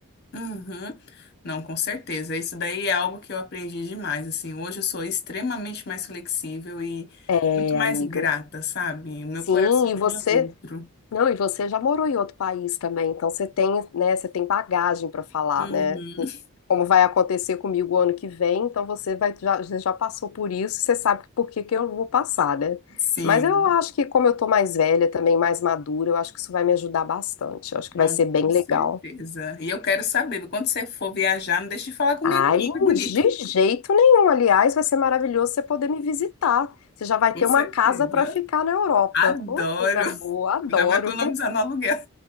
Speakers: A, on the left; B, on the left.
A: Uhum. Não, com certeza. Isso daí é algo que eu aprendi demais. Assim, hoje eu sou extremamente mais flexível e
B: É,
A: muito mais
B: amiga.
A: grata, sabe? O meu
B: Sim,
A: coração
B: e você.
A: hoje é outro.
B: Não, e você já morou em outro país também, então você tem, né, você tem bagagem para falar,
A: Uhum.
B: né? Como vai acontecer comigo o ano que vem, então você vai, já, você já passou por isso, você sabe por que que eu vou passar, né?
A: Sim,
B: Mas eu acho que como eu tô mais velha também, mais madura, eu acho que isso vai me ajudar bastante. Eu acho
A: não,
B: que vai ser bem
A: com
B: legal.
A: certeza. E eu quero saber, quando você for viajar, não deixe de falar comigo,
B: Ai,
A: não, que bonito.
B: de jeito nenhum. Aliás, vai ser maravilhoso você poder me visitar. Você já vai
A: Com
B: ter
A: certeza.
B: uma casa para ficar na Europa.
A: Adoro.
B: Oh, coisa boa, adoro.
A: Já vou economizar no aluguel,